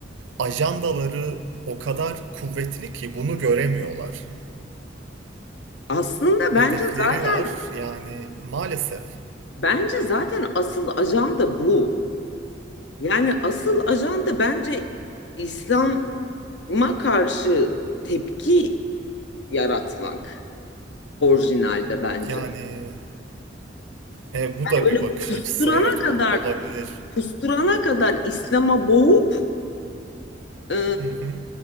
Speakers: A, on the right (about 85°); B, on the left (about 65°).
A: ajandaları o kadar kuvvetli ki bunu göremiyorlar.
B: aslında bence
A: hedefleri
B: zaten
A: var. Yani maalesef.
B: bence zaten asıl ajanda bu. Yani asıl ajanda bence İslam'a karşı tepki yaratmak orijinalde bence.
A: Yani e, bu
B: Yani
A: da
B: böyle
A: bir bakış
B: kusturana
A: açısı. Evet
B: kadar
A: o- olabilir.
B: kusturana kadar İslam'a boğup e,
A: Hı hı.